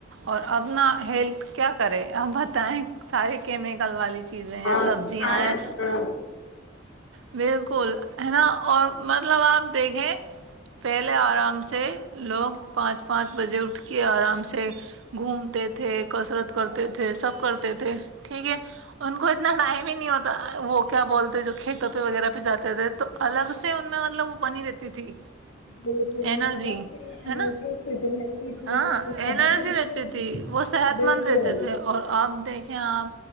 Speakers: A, on the right (about 75°); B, on the left (about 80°).
A: اور ابنا ہیلتھ کیا کرے ا بتائیں سارے کیمیکل والی چیزیں ہیں
B: ہاں
A: سبزیاں
B: کھانا
A: ہیں
B: تھا
A: بالکل ہے نا اور مطلب آپ دیکھیں پہلے آرام سے لوگ پانچ پانچ بجے اٹھ کے آرام سے گھومتے تھے کسرت کرتے تھے سب کرتے تھے ٹھیک ہے ان کو اتنا ٹائم ہی نہیں ہوتا وہ کیا بولتے جو کھیتوں وغیرہ پہ جاتے تھے تو الگ سے ان میں مطلب وہ بنی رہتی تھی
B: بالکل
A: ارجی
B: میں الگ سے
A: ہے
B: انرجی
A: نا
B: فٹنس فٹ وغیرہ
A: ہاں
B: تبھی
A: ارجی
B: تو اتنے
A: رہتی تھی وہ صحت
B: بالکل
A: مند رہتے تھے اور اب دیکھیں آپ